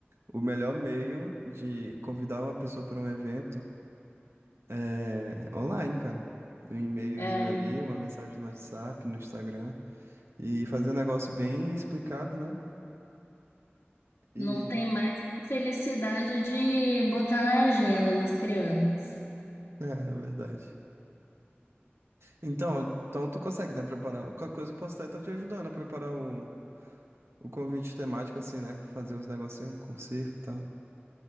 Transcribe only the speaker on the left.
É,
não tem mais felicidade de botar na agenda das crianças.